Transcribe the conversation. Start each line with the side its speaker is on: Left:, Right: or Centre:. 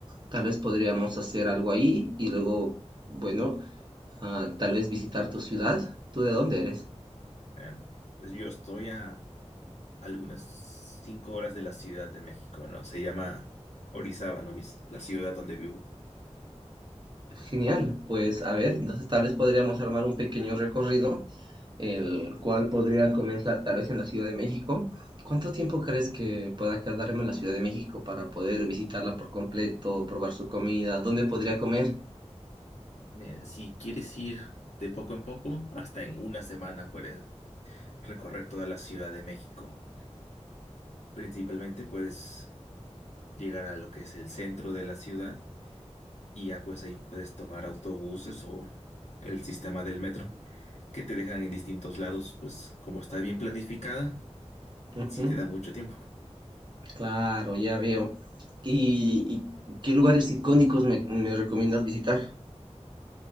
Right: tal vez podríamos hacer algo ahí y luego, bueno, ah, tal vez visitar tu ciudad. ¿Tú de dónde eres?
Left: Eh, pues yo estoy a algunas cinco horas de la Ciudad de México, ¿no? Se llama Orizaba, ¿no? Mis- La ciudad donde vivo.
Right: Genial, pues a ver, entonces tal vez podríamos armar un pequeño recorrido el cual podría comenzar tal vez en la Ciudad de México. ¿Cuánto tiempo crees que pueda quedarme en la Ciudad de México para poder visitarla por completo, probar su comida? ¿Dónde podría comer?
Left: Eh, si quieres ir de poco en poco, hasta en una semana puedes recorrer toda la Ciudad de México. Principalmente, pues. llegar a lo que es el centro de la ciudad y ya pues ahí puedes tomar autobuses o el sistema del metro que te dejan en distintos lados, pues como está bien planificada,
Right: Ujú,
Left: sí te da mucho tiempo.
Right: Claro, ya veo. ¿Y, y qué lugares icónicos me, me recomiendas visitar?